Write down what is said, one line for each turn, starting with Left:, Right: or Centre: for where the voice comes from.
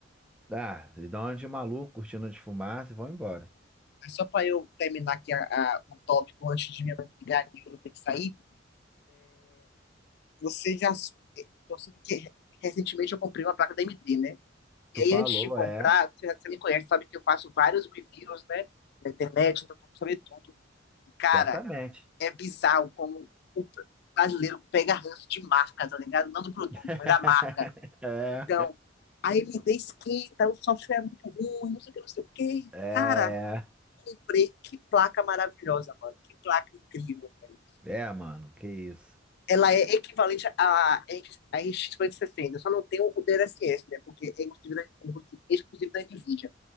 Centre: Ah, eles dão uma de maluco, cortina de fumaça e vão embora.
Left: Mas só para eu terminar aqui a, a, o tópico antes de minha mãe me ligar e eu ter que sair, você já então, sabe que recentemente eu comprei uma placa da AMD, né? E
Centre: Tu
Left: aí,
Centre: falou,
Left: antes de comprar,
Centre: é,
Left: você você me conhece, sabe que eu faço vários reviews, né? Na internet, então procuro saber tudo. E, cara,
Centre: certamente.
Left: é bizarro como o brasileiro pega ranço de marca, tá ligado? Não do produto,
Centre: <laughs>
Left: mas da marca.
Centre: É,
Left: Então, a MD esquenta, o software é muito ruim, não sei o que, não sei o que.
Centre: é,
Left: Cara,
Centre: é,
Left: comprei. Que placa maravilhosa, mano. Que placa incrível, velho.
Centre: É, mano, que isso.
Left: Ela é equivalente à à RX 560. Só não tem o DLSS, né? Porque é exclusivo da, é exclusivo da NVIDIA.